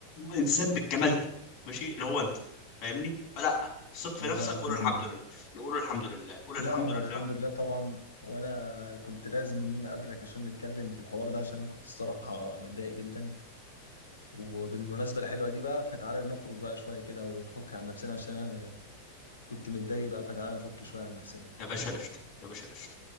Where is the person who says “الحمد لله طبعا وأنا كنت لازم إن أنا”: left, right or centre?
Left